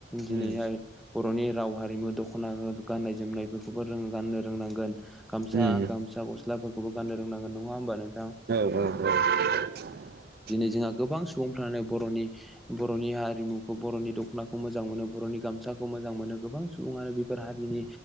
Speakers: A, on the right; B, in the centre.
A: उम
B: दिनैहाय बर'नि राव हारिमु दख'ना गाननाय जोमनायफोरखौबो गाननो रोंनांगोन । गामसा
A: उम
B: गामसा गस्लाफोरखौबो गाननो रोंनांगोन नङा होमबा नों
A: औ औ औ ।
B: दिनै जोंहा गोबां सुबुंफ्रानो बर'नि बर'नि हारिमुखौ बर'नि दख'नाखौ मोजां मोनो बर'नि गामसाखौ मोजां मोनो गोबां सुबुङानो बेफोर हारिनि